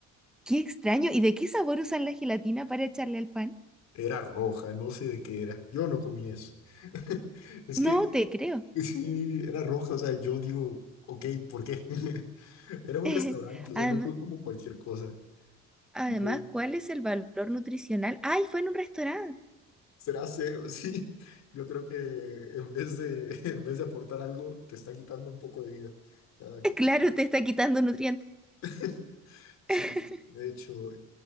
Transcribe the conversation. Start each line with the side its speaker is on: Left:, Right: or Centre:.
Centre: Qué extraño. ¿Y de qué sabor usan la gelatina para echarle al pan?
Left: Era roja, no sé de qué era. Yo no comí eso. <laughs> Es
Centre: No
Left: que
Centre: te creo.
Left: sí, era roja, o sea, yo digo, ok, ¿por qué? <laughs> Era un
Centre: <laughs>
Left: restaurante, o sea,
Centre: Además,
Left: no fue como cualquier cosa. <laughs>
Centre: además,
Left: Yo,
Centre: ¿cuál es el valor nutricional? ¡Ay, fue en un restaurante!
Left: Será cero, <laughs> sí. Yo creo que en vez de, <laughs> en vez de aportar algo, te está quitando un poco de vida cada que-
Centre: <laughs>
Left: comes.
Centre: Claro, te está quitando nutrientes.
Left: <laughs> Sí,
Centre: <laughs>
Left: de hecho,